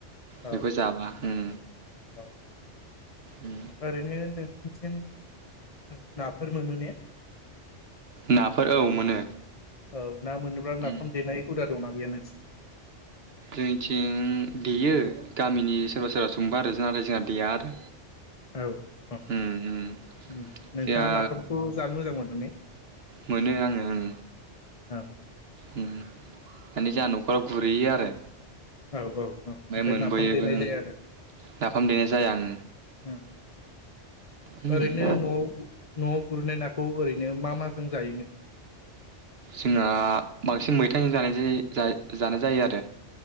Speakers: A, on the left (about 35°); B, on the right (about 60°).
A: औ
B: बेखौ जाबा उम
A: औ
B: उम
A: ओरैनो नों <inaudible> नाफोर मोनो ने।
B: नाफोर औ मोनो
A: औ ना मोन नाफाम
B: उम
A: दे हुदा दाङना गैया नोंसिनि
B: जोंथिं देयो गामिनि सोरबा सोरबा संबा आरो नाथाय जोंहा देया आरो।
A: औ औ
B: उम उम
A: नोंथाङा
B: जोंहा
A: नाफामखौ जानो मोजां <unintelligible>
B: मोनो आङो ओं
A: औ
B: उम माने जाहा न'खराव गुरुयो आरो
A: औ औ औ ओमफ्राय
B: मोनबोयोबो
A: नाफाम देनाय
B: ओं
A: जाया आरो
B: नाफाम देनाय जाया आं
A: उम
B: उम
A: ओरैनो न'आव नवाव गुरनाय नाखौ ओरैनो मा माजों जायोनो?
B: जोंहा बांसिन मैथायाइजों जानाय जि था-जानाय जायो आरो।